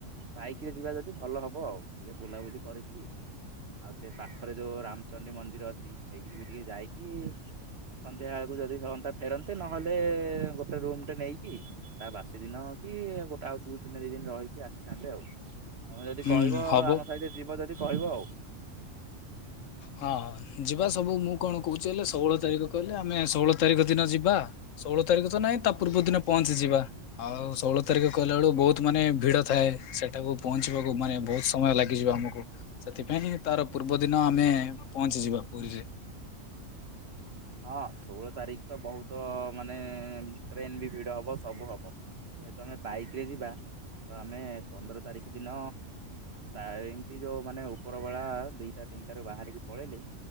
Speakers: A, on the right (about 55°); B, on the left (about 70°).
A: ବାଇକ ରେ ଯିବା ଯଦି ଭଲ ହବ ଆଉ। ଟିକେ ବୁଲାବୁଲି କରିକି ଆଉ ସେ ପାଖରେ ଯୋଉ ରାମଚଣ୍ଡୀ ମନ୍ଦିର ଅଛି ସେଇଠିକି ବି ଟିକେ ଯାଇକି ସନ୍ଧ୍ୟା ବେଳକୁ ଯଦି ହୁଅନ୍ତା ଫେରନ୍ତେ ନହେଲେ ଗୋଟେ ରୁମ ଟେ ନେଇକି ତା ବାସି ଦିନ ହଉ କି ଗୋଟେ ଆଉ ଦି ଦିନ ଦି ଦିନ ରହିକି ଆସିଥାନ୍ତେ ଆଉ। ତମେ ଯଦି
B: ହୁଁ
A: କହିବ
B: ହବ
A: ଆମ ସହିତ ଯିବ ଯଦି କହିବ ଆଉ।
B: ହଁ ଯିବା ସବୁ ମୁଁ କଣ କହୁଛି ହେଲେ ଷୋହଳ ତାରିଖ କହିଲେ ଆମେ ଷୋହଳ ତାରିଖ ଦିନ ଯିବା। ଷୋହଳ ତାରିଖ ତ ନାଇଁ ତା ପୂର୍ବ ଦିନ ପହଞ୍ଚି ଯିବା ଆଉ ଷୋହଳ ତାର କଲା ବେଳ ବହୁତ ମାନେ ଭିଡ ଥାଏ ସେଠ ସେଠାକୁ ପହଞ୍ଚିବାକୁ ମାନେ ବହୁତ ସମୟ ଲାଗିଯିବ ଆମକୁ ସେଥିପାଇଁ ତାର ପୂର୍ବ ଦିନ ଆମେ- ପହଞ୍ଚିଯିବା ପୁରୀରେ।
A: ହଁ ଷୋହଳ ତାରିଖ ତ ବହୁତ ମାନେ ଟ୍ରେନ ବି ଭିଡ ହବ ସବୁ ହବ। ଯେହେତୁ ଆମେ ବାଇକ ରେ ଯିବା। ତ ଆମେ ପନ୍ଦର ତାରିଖ ଦିନ ଏମିତି ଯୋଉ ମାନେ ଉପରବେଳା ଦ ଦିଟା ତିନିଟାରୁ ବାହାରିକି ପଳେଇଲେ